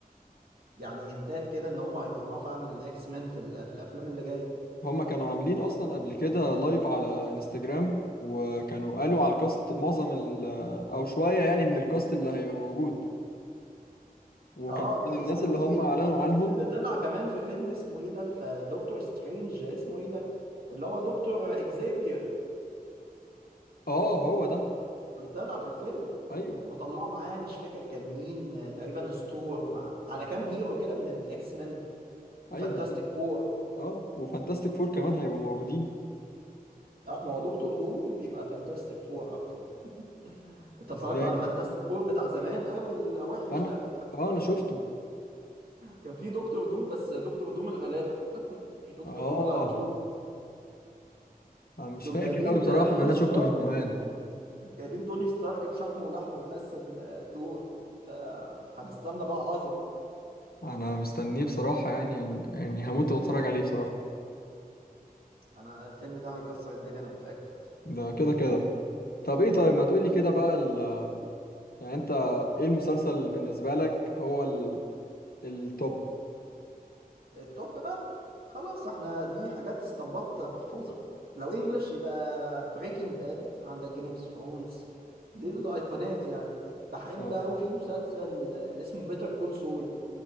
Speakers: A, on the right; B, on the left.
A: يعني هنتات كده ان هم هيطلعوا فعلا الاكس مان في, ال... في الافلام اللي جايه
B: هما كانوا عاملين اصلا قبل كده لايف على انستجرام وكانوا قالوا على الكاست معظم ال او شوية يعني من الكاست اللي هيبقى موجود وكان
A: اه
B: من
A: ده
B: الناس
A: اسمه
B: اللي
A: ايه
B: هم
A: ال-
B: اعلنوا عنهم
A: اللي طلع كمان في فيلم اسمه ايه ده في دكتور سترينج اسمه ايه ده اللي هو دكتور اكزيفير
B: اه هو ده
A: كان طلع في الفيلم
B: ايوه
A: وطلعوا معاه مش فاكر كان مين آه، تقريبا ستورم على كام هيرو كده من الاكس مان وفانتاستيك
B: ايوه بالظبط
A: فور
B: اه وفانتاستيك فور كمان هيبقوا موجودين
A: اه ما هو دكتور دوم يبقى فانتاستيك فور على طول <laughs> انت اتفرجت
B: ازاي
A: على فانتاستيك فور بتاع زمان قوي الوحش
B: انا
A: ده
B: اه انا شفته
A: كان فيه دكتور دوم بس دكتور دوم الغلابة <laughs> مش دكتور
B: اه
A: دوم اللي هنشوفه
B: انا مش
A: دول
B: فاكر
A: جايبين
B: قوي بصراحة
A: توني
B: ان انا
A: ستارك
B: شفته من زمان
A: جايبين توني ستارك بشحمه ولحمه يمثل آه، الدور فهنستنى بقى عظمة
B: انا مستنيه بصراحة يعني يعني هموت واتفرج عليه بصراحة
A: انا الفيلم ده هيكسر الدنيا انا متأكد
B: ده كده كده طب ايه طيب ما تقولي كده بقى ال... يعني انت ايه المسلسل اللي بالنسبة لك هو ال... التوب
A: التوب بقى خلاص احنا دي حاجات استنباط محفوظة لو انجلش يبقى بريكنج باد عندك جيم اوف ثرونز دي الايقونات يعني بحب
B: اه
A: قوي في مسلسل اسمه بيتر كول سول